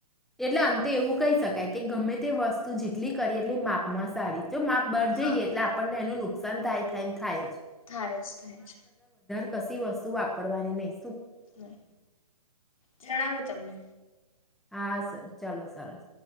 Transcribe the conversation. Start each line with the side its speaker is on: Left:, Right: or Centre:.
Centre: એટલે અંતે એવું કહી શકાય કે ગમે તે વસ્તુ જેટલી કરી એટલે માપમાં સારી. જો માપ બહાર જઈએ
Left: હા
Centre: એટલે આપણને એનું નુ સંંધ થાય થાય ને થઠાયજ.
Left: થાય જ થાય જ
Centre: કશી વસ્તુ વાપરવાની નહી.
Left: હમમ જણાવું તમને.
Centre: હા સર ચાલો સરસ.